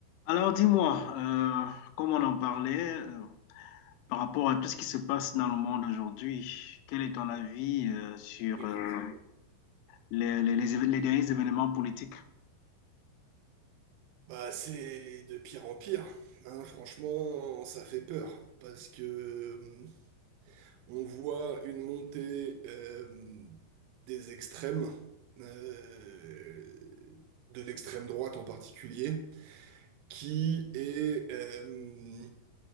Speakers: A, on the left; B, on the right.
A: Alors dis-moi, euh, comme on en parlait, euh, par rapport à tout ce qui se passe dans le monde aujourd'hui, quel est ton avis euh, sur
B: Effectivement.
A: euh, les, les- les éve- les derniers événements politiques?
B: Bah, c'est de pire en pire. hein. Franchement, ça fait peur parce que euh, on voit une montée euh, des extrêmes, euh, de l'extrême droite en particulier, qui est euh,